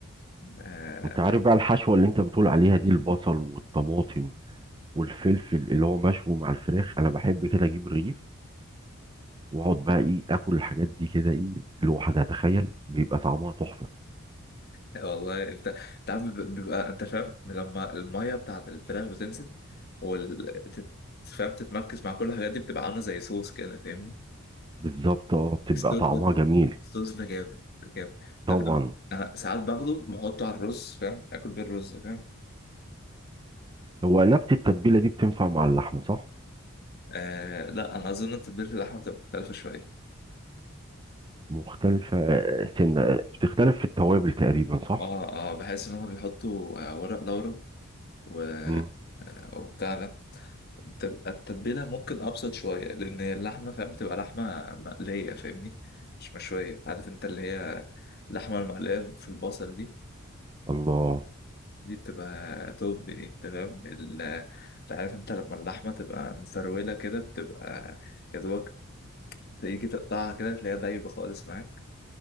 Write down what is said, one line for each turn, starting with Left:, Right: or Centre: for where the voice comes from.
Left: آه
Right: انت عارف بقى الحشوة اللي انت بتقول عليها دي البصل والطماطم والفلفل اللي هو مشوي مع الفراخ انا بحب كده اجيب رغيف واقعد بقى ايه اكل الحاجات دي كده ايه لوحدها تخيل بيبقى طعمها تحفة
Left: والله أنت أنت عم بيب- بيبقى أنت فاهم لما المية بتاعت الفراخ بتنزل وال تت- فاهم تتمركز مع كل الحاجات دي بتبقى عاملة زي صوص كده فاهمني
Right: بالظبط اه بتبقى
Left: الصوص
Right: طعمها
Left: ده
Right: جميل
Left: الصوص ده جامد ده جامد انت
Right: طبعا
Left: فاهم انا ساعات باخده بحطه على الرز فاهم اكل بيه الرز فاهم
Right: هو نفس التتبيلة دي بتنفع مع اللحمة صح؟
Left: آه لا انا اظن ان تتبيله اللحمه بتبقى مختلفه شويه
Right: مختلفة آه، سنة آه، بتختلف في التوابل تقريبا صح؟
Left: اه اه بحس ان هم بيحطوا آه ورق لورا و
Right: مم.
Left: آه وبتاع ده بتبقى التتبيله ممكن ابسط شويه لان اللحمه فاهم بتبقى لحمه مقليه فاهمني مش مشويه عارف انت اللي هي اللحمه المقليه في البصل دي
Right: الله
Left: دي بتبقى توب دي تمام ال- انت عارف انت لما اللحمة تبقى مفرولة كده بتبقى يا دوبك تيجي تقطعها كده تلاقيها دايبة خالص معاك